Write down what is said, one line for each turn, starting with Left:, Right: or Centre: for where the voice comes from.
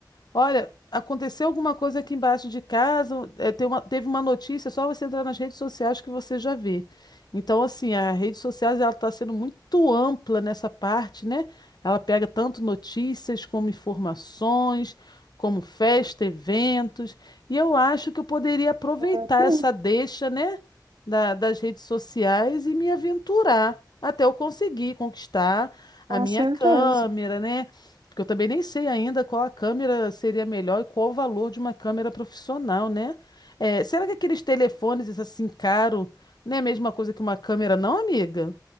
Left: Olha, aconteceu alguma coisa aqui embaixo de casa, é, tem uma- teve uma notícia, é só você entrar nas redes sociais que você já vê. Então, assim, a rede sociais ela está sendo muito ampla nessa parte, né? Ela pega tanto notícias como informações, como festa, eventos. E eu acho que eu poderia aproveitar
Right: É tudo,
Left: essa deixa, né, da- das redes sociais e me aventurar até eu conseguir conquistar a
Right: com
Left: minha
Right: certeza.
Left: câmera, né? Porque eu também nem sei ainda qual a câmera seria melhor e qual o valor de uma câmera profissional, né? É, será que aqueles telefones assim caro não é a mesma coisa que uma câmera, não, amiga?